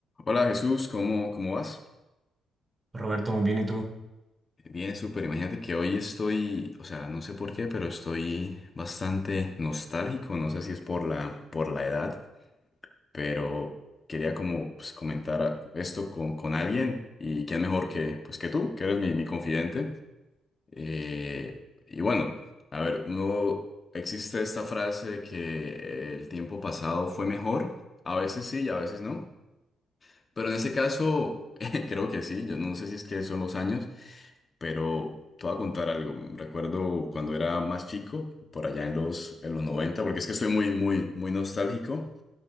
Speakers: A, on the left (about 35°); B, on the right (about 25°).
A: Hola Jesús, ¿cómo, cómo vas?
B: Roberto, muy bien, ¿y tú?
A: Bien, súper. Imagínate que hoy estoy, o sea, no sé por qué, pero estoy bastante nostálgico. No sé si es por la, por la edad, pero quería como pues, comentar a- esto con, con alguien y quién mejor que, pues, que tú, que eres mi, mi confidente. Eh, y bueno, a ver, uno, existe esta frase de que el tiempo pasado fue mejor. A veces sí y a veces no. Pero en este caso, <laughs> creo que sí. Yo no sé si es que son los años. Pero te voy a contar algo. Recuerdo cuando era más chico, por allá en los, en los noventa porque es que estoy muy, muy, muy nostálgico.